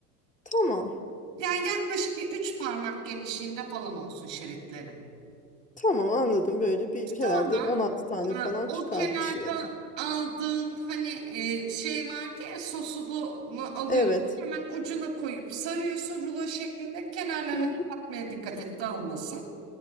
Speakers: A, on the left; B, on the right.
A: tamam.
B: Yani yaklaşık bir üç parmak genişliğinde falan olsun şeritleri.
A: Tamam anladım böyle bir herhalde
B: Sonra
A: 16 tane
B: e,
A: falan
B: o
A: çıkar
B: kenarda
A: bir şeydi.
B: aldığın hani e, şey vardı ya sosunu alıyorsun.
A: Evet.
B: Hemen ucuna koyup sarıyorsun rulo şeklinde. Kenarlarını
A: Hı hı.
B: kapatmaya dikkat et dağılmasın.